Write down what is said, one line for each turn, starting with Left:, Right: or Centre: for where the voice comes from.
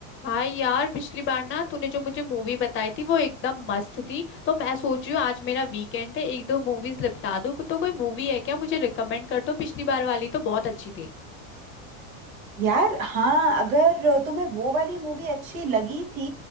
Left: हाँ यार पिछली बार ना तूने जो मुझे मूवी बताई थी वो एकदम मस्त थी तो मैं सोच रही हूँ आज मेरा वीकेंड है एक दो मूवीज निपटा दूँ तो कोई मूवी है क्या मुझे रिकमेंड कर दो पिछली बार वाली तो बहुत अच्छी थी
Right: यार हाँ अगर तुम्हें वो वाली मूवी अच्छी लगी थी